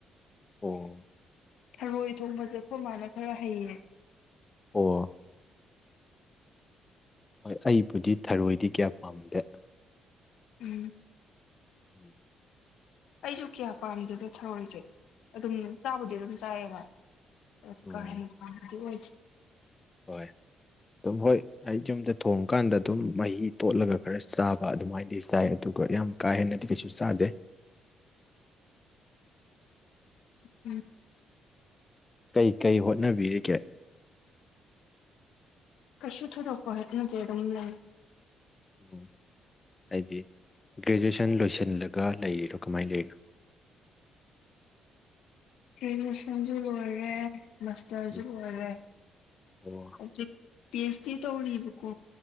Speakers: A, on the left; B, on the left.
A: ꯑꯣ
B: ꯊꯔꯣꯏ ꯊꯣꯡꯕꯖꯦ ꯑꯈꯣꯏ ꯃꯥꯅ ꯈꯔ ꯍꯩꯌꯦ
A: ꯑꯣ ꯍꯣꯏ ꯑꯩꯕꯨꯗꯤ ꯊꯔꯣꯏꯗꯤ ꯀꯌꯥ ꯄꯥꯝꯗꯦ
B: ꯎꯝ
A: <inaudible>
B: ꯑꯩꯖꯨ ꯀꯌꯥ ꯄꯥꯝꯗꯦꯗ ꯊꯔꯣꯏꯖꯦ ꯑꯗꯨꯝ ꯆꯥꯕꯨꯗꯤ ꯑꯗꯨꯝ ꯆꯥꯏꯌꯦꯕ ꯑꯣ
A: ꯎꯝ
B: ꯀꯥ ꯍꯦꯟꯅ ꯄꯥꯝꯕꯗꯤ ꯑꯣꯏꯗꯦ
A: ꯍꯣꯏ ꯑꯗꯨꯝ ꯍꯣꯏ ꯑꯩ ꯌꯨꯝꯗ ꯊꯣꯡꯀꯥꯟꯗ ꯑꯗꯨꯝ ꯃꯍꯤ ꯇꯣꯠꯂꯒ ꯈꯔ ꯆꯥꯕ ꯑꯗꯨꯃꯥꯏꯅꯗꯤ ꯆꯥꯏ ꯑꯗꯨꯒ ꯌꯥꯝ ꯀꯥ ꯍꯦꯟꯅꯗꯤ ꯀꯩꯁꯨ ꯆꯥꯗꯦ
B: ꯎꯝ
A: ꯀꯩ ꯀꯩ ꯍꯣꯠꯅꯕꯤꯔꯤꯒꯦ
B: ꯀꯩꯁꯨ ꯊꯣꯏꯗꯣꯛꯄ ꯍꯣꯠꯅꯗꯦ ꯑꯗꯨꯝ ꯂꯩ
A: ꯑꯣ ꯍꯥꯏꯗꯤ ꯒ꯭ꯔꯦꯖꯨꯌꯦꯁꯟ ꯂꯣꯏꯁꯤꯜꯂꯒ ꯂꯩꯔꯤꯔꯣ ꯀꯃꯥꯏ ꯂꯩꯔꯤꯅꯣ
B: ꯒ꯭ꯔꯦꯖꯨꯑꯦꯁꯟꯖꯨ ꯂꯣꯏꯔꯦ ꯃꯥꯁꯇꯔꯖꯨ
A: ꯎꯝ
B: ꯂꯣꯏꯔꯦ
A: ꯑꯣ
B: ꯍꯧꯖꯤꯛ ꯄꯤ ꯍꯩꯁ ꯗꯤ ꯇꯧꯔꯤꯕꯀꯣ